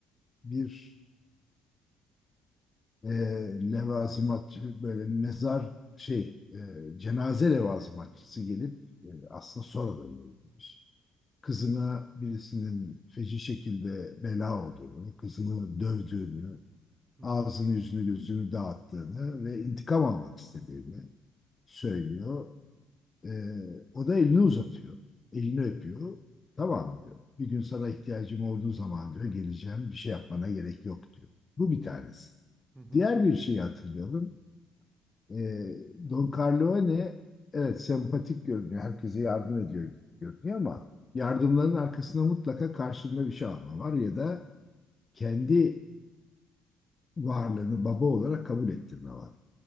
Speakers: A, on the left; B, on the right.
A: bir e, levazımatçı böyle mezar şey e, cenaze levazımatçısı gelip e, aslında sonradan öğrenmiş. Kızına birisinin feci şekilde bela olduğunu, kızını dövdüğünü,
B: hı
A: ağzını
B: hı
A: yüzünü gözünü dağıttığını ve intikam almak istediğini söylüyor. Ee, o da elini uzatıyor. Elini öpüyor. Tamam diyor. Bir gün sana ihtiyacım olduğu zaman diyor geleceğim. Bir şey yapmana gerek yok diyor. Bu bir tanesi.
B: hı hı
A: Diğer
B: hı
A: bir şeyi hatırlayalım. Ee, Don Corleone evet sempatik görünüyor. Herkese yardım ediyor gibi görünüyor ama yardımların
B: hı
A: arkasında mutlaka karşılığında bir şey alma var ya da kendi varlığını baba olarak kabul ettirme var.